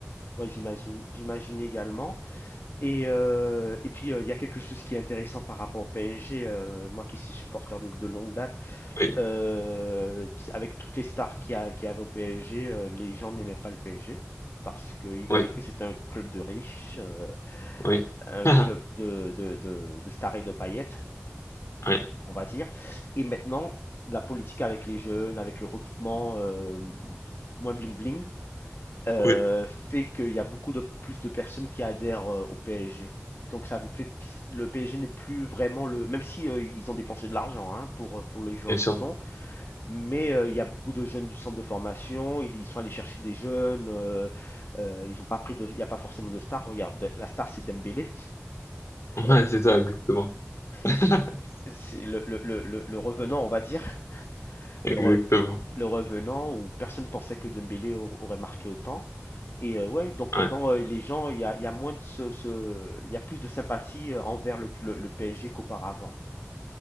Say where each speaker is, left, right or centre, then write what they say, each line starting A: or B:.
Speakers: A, on the left (about 50°); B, on the left (about 65°).
A: Ouais, j'imagine, j'imagine également. Et, euh, et puis, euh, il y a quelque chose qui est intéressant par rapport au PSG. euh, moi qui suis supporter de, de longue date,
B: Oui,
A: euh, avec toutes les stars qu'il y, a- qu'il y avait au PSG, euh, les gens n'aimaient pas le PSG parce qu'ils voyaient
B: oui,
A: que c'était un club de riches, euh,
B: oui.
A: un
B: <laughs>
A: club de, de, de, de stars et de paillettes,
B: Oui,
A: on va dire. Et maintenant, la politique avec les jeunes, avec le recrutement euh, moins bling-bling, euh,
B: oui,
A: fait qu'il y a beaucoup de plus de personnes qui adhèrent euh, au PSG. Donc ça ne fait le PSG n'est plus vraiment le même si euh, ils ont dépensé de l'argent hein, pour euh, pour les joueurs
B: bien sûr.
A: qu'ils ont, mais euh, il y a beaucoup de jeunes du centre de formation, ils, ils sont allés chercher des jeunes, euh, euh, ils ont pas pris de il n'y a pas forcément de star. Regarde, de- la star c'est Dembélé.
B: Ouais,
A: Euh,
B: c'est ça, exactement. <laughs>
A: c'est c'est le, le, le, le- le revenant, on va dire,
B: Exactement.
A: le, re- le revenant où personne pensait que Dembélé au- aurait marqué autant. Et euh, ouais, donc maintenant,
B: Ouais,
A: euh, les gens, il y a, il y a moins de ce, ce- il y a plus de sympathie euh, envers le, le- le PSG qu'auparavant.